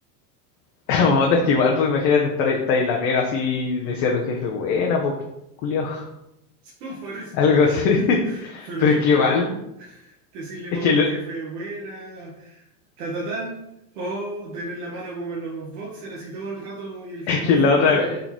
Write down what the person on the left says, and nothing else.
<laughs> Puta, es que igual, pues imagínate estar, estar en la pega así, le decía a tu jefe, buena, pues, culiao,
algo así. <laughs>
Pero
es
que
igual,
es
que,
lo-
es que
la otra,